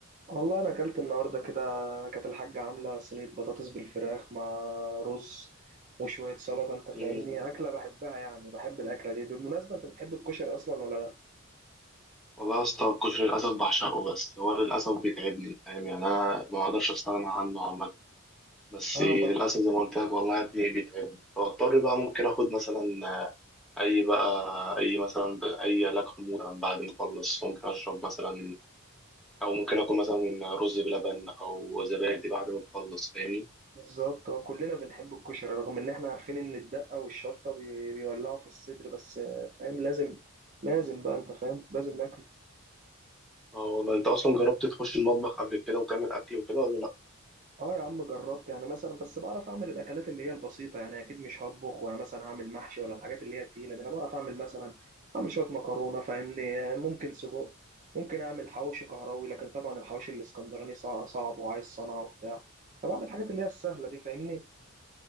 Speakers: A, on the right (about 35°); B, in the centre.
A: والله انا اكلت النهارده كده كانت الحاجة عاملة صينية بطاطس بالفراخ مع رز وشوية سلطة انت فاهمني
B: مم.
A: اكلة بحبها يعني بحب الاكلة دي بالمناسبة انت بتحب الكشري اصلا ولا لا؟
B: والله يا اسطى الكشري للاسف بعشقه بس هو للاسف بيتعبني فاهم يعني انا ما اقدرش استغنى عنه عامه بس
A: اه
B: للاسف زي ما قلت لك والله يا ابني بيتعبني فاضطر بقى ممكن اخد مثلا اي بقى اي مثلا ب- اي علاج حموضه مثلا بعد ما اخلص ممكن اشرب مثلا او ممكن اكل مثلا رز بلبن او زبادي بعد ما اخلص فاهمني
A: بالظبط اه كلنا بنحب الكشري رغم ان احنا عارفين ان الدقة والشطة بي- بيولعوا في الصدر بس آه، فاهم لازم لازم بقى انت فاهم لازم ناكله
B: اه والله انت اصلا جربت تخش المطبخ قبل كده وتعمل اكل وكده ولا لا
A: اه يا عم جربت يعني مثلا بس بعرف اعمل الاكلات اللي هي البسيطه يعني اكيد مش هطبخ وانا مثلا هعمل محشي ولا الحاجات اللي هي التقيله دي انا بعرف اعمل مثلا اعمل شويه مكرونه فاهمني ممكن سجق ممكن اعمل حواوشي كهراوي لكن طبعا الحواوشي الاسكندراني صع- صعب وعايز صنعه وبتاع فبعمل الحاجات اللي هي السهله دي فاهمني